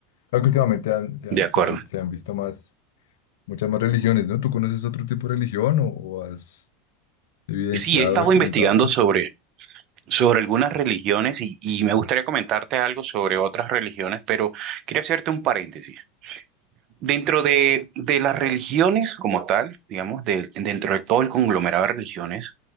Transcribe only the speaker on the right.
de
acuerdo.
Sí, he estado
investigando
sobre, sobre algunas religiones y, y me gustaría comentarte algo sobre otras religiones, pero quería hacerte un paréntesis. Dentro de, de las religiones como tal, digamos, de- dentro de todo el conglomerado de religiones,